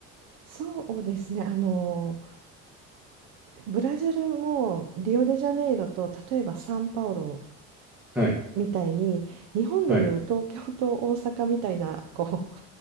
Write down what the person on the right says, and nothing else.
そうですね。あの、ブラジルもリオデジャネイロと例えばサンパウロ
みたいに、日本でいう東京と大阪みたいな、
こう、